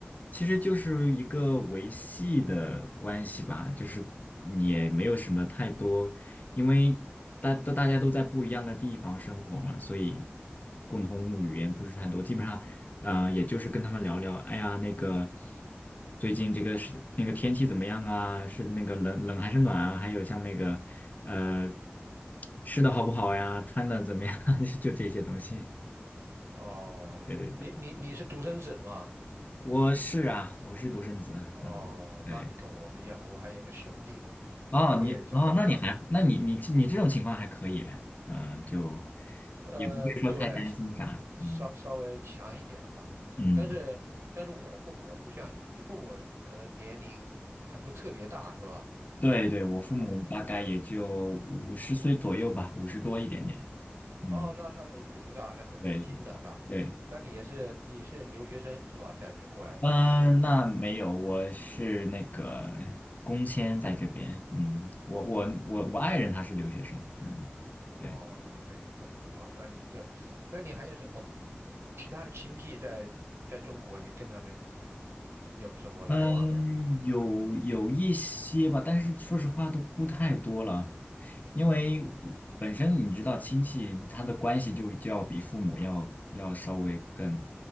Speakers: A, on the left; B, on the right.
A: 其实就是一个维系的关系吧，就是也没有什么太多，因为大大大家都在不一样的地方生活嘛，所以共同语言不是太多，基本上，呃，也就是跟他们聊聊，哎呀，那个最近这个是那个天气怎么样啊？是那个冷冷还是暖啊？还有像那个呃吃的好不好呀？穿的怎么样啊？<laughs> 就这些东西，
B: 哦，
A: 对对对。
B: 你你你是独生子嘛？
A: 我是啊，我是独生子，
B: 哦，
A: 嗯，对，
B: 那你跟我不一样，我还有一个兄弟，
A: 哦，
B: 在国内照顾他们。
A: 你哦，那你还，那你你你这种情况还可以，嗯，就
B: 嗯，
A: 也不会说太担心啥，
B: 对，稍稍微强一点吧。
A: 嗯嗯，
B: 但是但是我父母不像你，你父母可能年龄还不是特别大，是吧？
A: 对对，我父母大概也就五十岁左右吧，
B: 呃，
A: 五十多一点点，嗯，
B: 哦，那那年纪不大，那很年轻的那，
A: 对对对，
B: 那你也是你是留学生是吧？在你过来的是
A: 嗯，那没有，我是那个工签在这边，嗯，我我我我爱人他是留学生，嗯，
B: 哦，
A: 对，
B: 你们这里父母啊，那你这，那你还有什我们其他的亲戚在在中国也跟他们有什么来往了？
A: 嗯，有有一些吧，但是说实话都不太多了，因为本身你知道亲戚他的关系就就要比父母要要稍微更